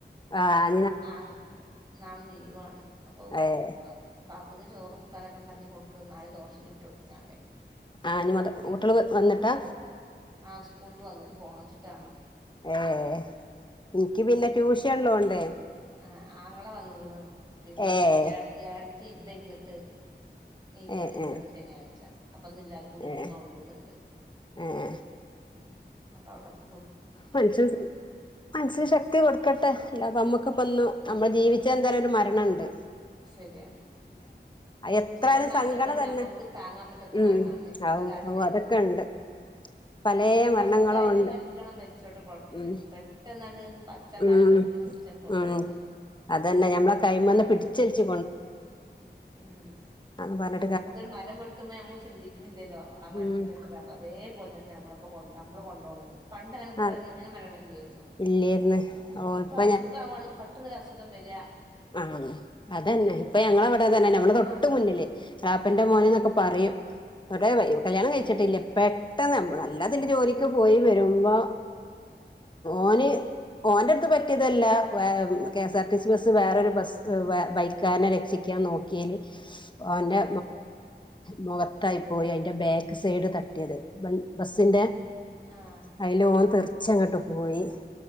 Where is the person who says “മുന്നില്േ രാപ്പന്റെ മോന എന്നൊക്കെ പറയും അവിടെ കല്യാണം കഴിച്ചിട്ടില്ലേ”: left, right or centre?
Left